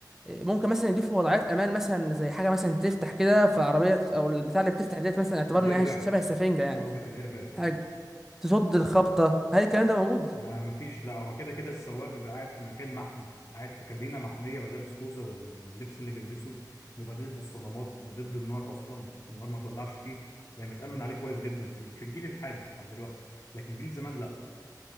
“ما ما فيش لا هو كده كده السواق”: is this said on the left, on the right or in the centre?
Left